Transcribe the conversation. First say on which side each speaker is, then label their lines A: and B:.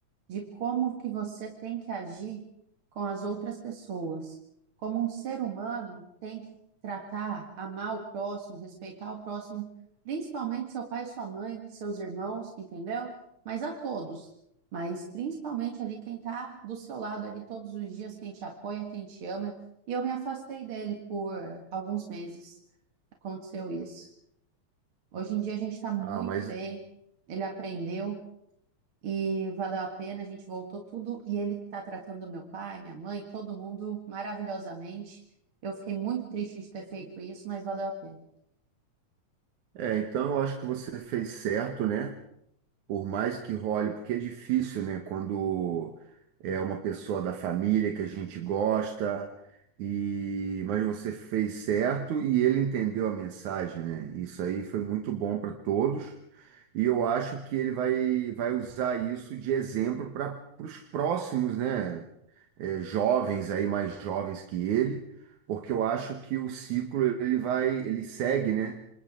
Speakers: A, on the right (about 50°); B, on the right (about 80°).
A: de como que você tem que agir com as outras pessoas. Como um ser humano tem que tratar, amar o próximo, respeitar o próximo, principalmente seu pai, sua mãe, seus irmãos, entendeu? Mas a todos. Mas principalmente ali quem está do seu lado ali todos os dias, quem te apoia, quem te ama. E eu me afastei dele por alguns meses. Aconteceu isso. Hoje em dia a gente está muito
B: Ah, mas
A: bem, ele aprendeu. E valeu a pena, a gente voltou tudo e ele tá tratando meu pai, minha mãe, todo mundo maravilhosamente. Eu fiquei muito triste de ter feito isso, mas valeu a pena.
B: é, então eu acho que você fez certo, né? Por mais que role, porque é difícil, né? Quando é uma pessoa da família que a gente gosta, e mas você fez certo e ele entendeu a mensagem, né? Isso aí foi muito bom para todos. E eu acho que ele vai, vai usar isso de exemplo para os próximos, né, é, jovens aí, mais jovens que ele, porque eu acho que o ciclo ele vai, ele segue, né?